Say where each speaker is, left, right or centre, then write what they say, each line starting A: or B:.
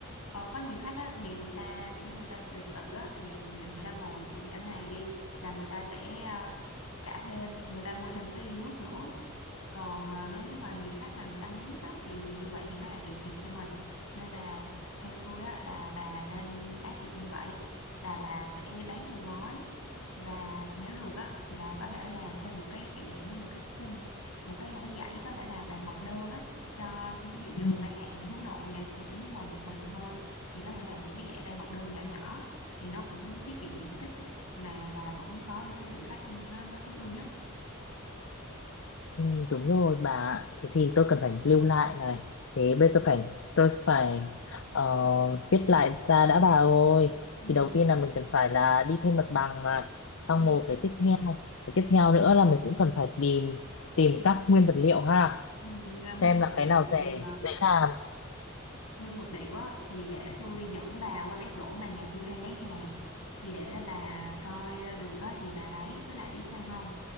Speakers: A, on the left; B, on the left.
A: ờ, có nhiều khách á, thì người ta kiểu như người ta lịch sự á, thì người, người ta ngồi kiểu cả ngày đi là người ta sẽ ờ, trả thêm người ta mua thêm một cái ly nước nữa còn ờ, nếu như mà nhiều khách mà người ta không biết á, thì thì như vậy thì nó lại bị thiệt cho mình nên là theo tôi á, là bà nên áp dụng như vậy là bà sẽ bán theo gói và nếu được á, thì bà có thể làm thêm một cái kiểu dạng như một cái khung một cái một cái dãy có thể là bàn học đơn á cho ví dụ như
B: ừ,
A: là mấy bạn hướng nội nè mà chỉ muốn ngồi một mình thôi thì có thể làm những cái dãy bàn học đơn nhỏ nhỏ thì nó cũng tiết kiệm diện tích mà bà vẫn có được cái lượng khách nó nó tối ưu nhất
B: ừ, đúng rồi bà ạ. thế thì tôi cần phải lưu lại này thế bây giờ tôi phải tôi phải ờ, viết lại ra đã bà ơi
A: ừ,
B: thì đầu tiên là mình cần phải là đi thuê mặt bằng này. xong
A: ừ,
B: rồi cái tiếp theo cái tiếp theo nữa là mình cũng cần phải tìm tìm các nguyên vật liệu ha
A: ừ. nguyên
B: xem
A: vật
B: là
A: liệu
B: cái nào rẻ
A: thì
B: dễ làm
A: nguyên vật liệu á thì để tôi dẫn bà qua cái chỗ mà nhà tôi hay lấy hàng thì để bà coi ờ, được á thì bà lấy với lại biết sao không